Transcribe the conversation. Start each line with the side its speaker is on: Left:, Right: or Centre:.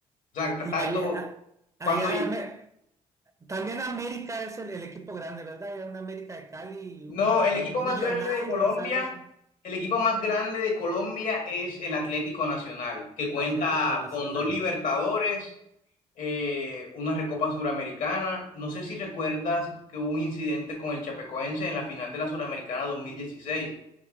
Left: O sea, t-
Right: Y
Left: tanto
Right: allá, allá
Left: cuando...
Right: me- también América es el, el equipo grande, ¿verdad? Hay una América de Cali y
Left: No,
Right: un millo-
Left: el equipo
Right: Millonarios,
Left: más grande de Colombia,
Right: algo así.
Left: el equipo más grande de Colombia es el Atlético Nacional, que cuenta
Right: Atlético Nacional.
Left: con dos Libertadores, eh, una Recopa Suramericana. No sé si recuerdas que hubo un incidente con el Chapecoense en la final de la Suramericana 2016.